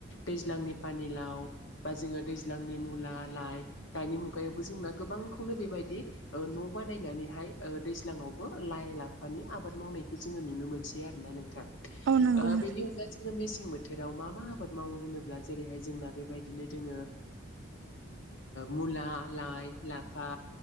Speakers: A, on the left; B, on the right.
A: दैज्लांनि पानिलाव बा जोङो दैज्लांनि मुला लाइ दानि मुगायावबो जोंना गोबांखौनो बेबायदि न' बानायनानैहाय दैज्लाङावबो लाइ लाफानि आबाद मावनायखौ जोङो नुनो मोनसै। बिदि आरो ना नोंथां
B: औ नंगौ
A: ओ
B: नोंथां
A: बेनि अनगायै जों मेसें बोथोराव मा मा आबाद मावो होनोब्ला जेरैहाय जोंना बेबायदिनो दोङो मुला लाइ लाफा